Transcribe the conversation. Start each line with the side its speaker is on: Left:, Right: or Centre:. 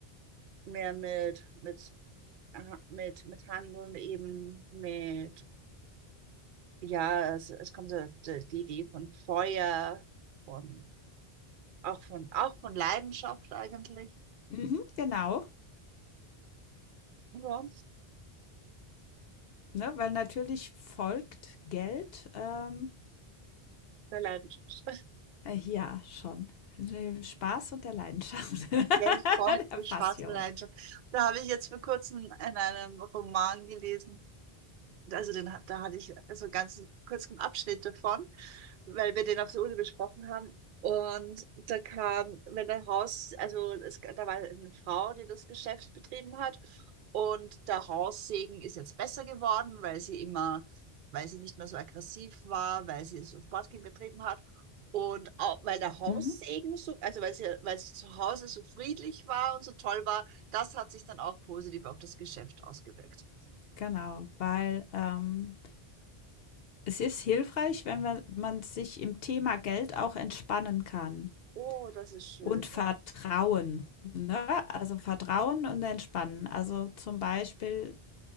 Right: mehr mit, mit, äh, mit, mit Handeln eben, mit, ja, es, es kommt so die die Idee von Feuer, von, auch von, auch von Leidenschaft eigentlich.
Left: Mhm, genau.
Right: Ja,
Left: Ne, weil natürlich folgt Geld, ähm,
Right: der Leidenschaft.
Left: äh, ja, schon. Dem Spaß und der Leidenschaft, <laughs> der
Right: Ja, ich folge Spaß
Left: Passion.
Right: mit Leidenschaft. Da habe ich jetzt vor kurzem in einem Roman gelesen, also den, hat- da hatte ich so einen ganz kurzen Abschnitt davon. weil wir den auf der Uni besprochen haben. Und da kam, wenn der Haus, also es, da war eine Frau, die das Geschäft betrieben hat. Und der Haussegen ist jetzt besser geworden, weil sie immer, weil sie nicht mehr so aggressiv war, weil sie so Sportgym betrieben hat. Und auch, weil der Haussegen
Left: Mhm,
Right: so, also weil sie, weil sie zu Hause so friedlich war und so toll war, das hat sich dann auch positiv auf das Geschäft ausgewirkt.
Left: genau, weil ähm, es ist hilfreich, wenn wir, man sich im Thema Geld auch entspannen kann
Right: Oh, das ist schön,
Left: und Vertrauen.
Right: ja.
Left: Ne? Also Vertrauen und Entspannen. Also zum Beispiel